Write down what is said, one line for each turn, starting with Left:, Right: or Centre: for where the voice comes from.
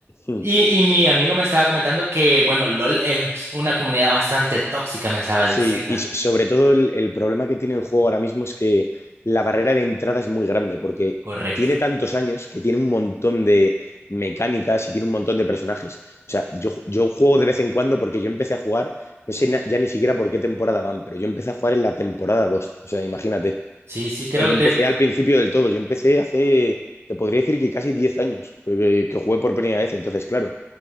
Left: Hmm.
Right: y, y mi amigo me estaba comentando que, bueno, LOL es una comunidad bastante tóxica, me estaba
Left: Sí,
Right: diciendo.
Left: y s- sobre todo el, el problema que tiene el juego ahora mismo es que la barrera de entrada es muy grande, porque
Right: Correcto.
Left: tiene tantos años que tiene un montón de mecánicas y tiene un montón de personajes. O sea, yo, ju- yo juego de vez en cuando porque yo empecé a jugar, no sé na- ya ni siquiera por qué temporada van, pero yo empecé a jugar en la temporada 2. O sea, imagínate.
Right: Sí, sí, creo
Left: Pero Yo empecé
Right: que Sí.
Left: al principio del todo, yo empecé hace, te podría decir que casi 10 años que, que jugué por primera vez. Entonces, claro,